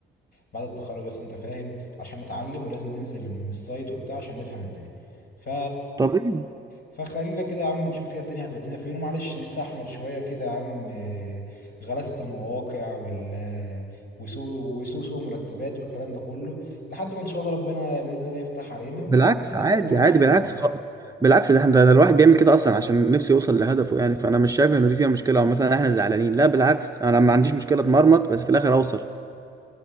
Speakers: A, on the left (about 50°); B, on the right (about 15°).
A: بعد التخرج اصلا انت فاهم عشان نتعلم ولازم ننزل من السايت وبتاع عشان نفهم الدنيا ف
B: طبيعي
A: فخلينا كده يا عم نشوف كده الدنيا هتودينا فين ومعلش نستحمل شويه كده يا عم إيه، غلاسه المواقع وال وسوء وسوء سوء مرتبات والكلام ده كله لحد ما ان شاء الله ربنا باذن الله يفتح علينا والدنيا
B: بالعكس عادي
A: تبقى تمام
B: عادي
A: معانا
B: بالعكس
A: يعني.
B: خ... بالعكس ده احنا ده الواحد بيعمل كده اصلا عشان نفسه يوصل لهدفه يعني فانا مش شايف انه دي فيها مشكله او مثلا احنا زعلانين لا بالعكس انا ما عنديش مشكله اتمرمط بس في الاخر اوصل